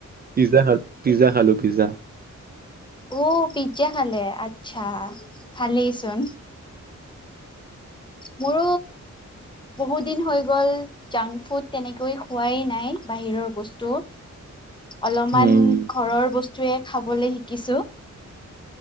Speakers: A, on the right; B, on the left.
A: পিজ্জা পিজ্জা খালো পিজ্জা
B: অ পিজ্জা খালে আচ্ছা ভালেইচোন মোৰ বহুত দিন হৈ গ'ল জাংক ফুড তেনেকৈ খোৱাই নাই বাহিৰৰ বস্তু অলপমান
A: উম
B: ঘৰৰ বস্তুৱয়ে খাবলৈ শিকিছো